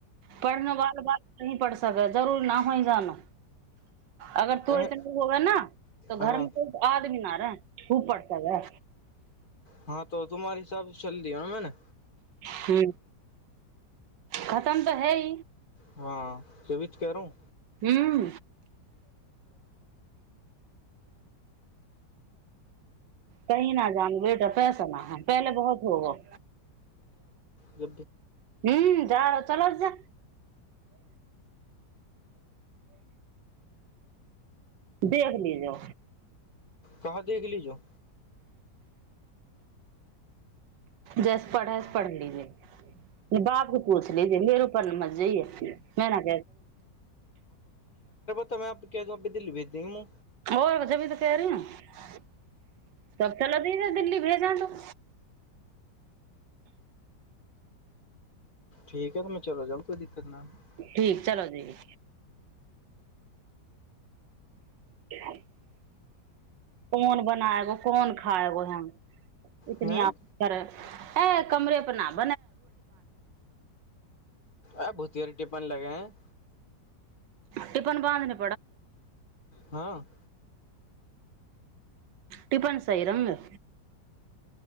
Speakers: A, on the right (about 85°); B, on the left (about 55°).
A: पढ़न वाल बाद न पढ़कै जरूरी नहि होइ जान अगर तो
B: अह,
A: ऐसे न होगे न तऽ
B: हाँ
A: घर मे कोइ आदमी न रहे ओ पढ़ स गै
B: हाँ तो तुम्हारहिसाब से चलियान
A: ह खतम त है ह
B: हँ तभी तो कह रहा हूं
A: ह्म कही न जानू बेटा पैसा न है। पहले बहुत होगो
B: ज
A: हु जा चला जा देख लीजो
B: कहाँ देख लीजो
A: जस पढ़ैस पढ़ लीेबै बाप के पुछ लिजिये मेरे ऊपर मत जैये, मै न
B: तब मै अपको केह रहा देल्ही भेज दिये
A: आर जभी त कह रही ने तब चलऽ दी दिल्ली भेजा नु
B: ठीक ह तमै चलो जाउ कोई दिकत नह
A: ठीक चला जाएय <unintelligible> कोन बनायगो कोन खाए वोह हम इतनी
B: हैं
A: आ कर अए कमरे पर नाम
B: आ भुतियरी टिप्पन लगे है
A: टिपन बाँ दने
B: हँ
A: टिफन सइ रन्ह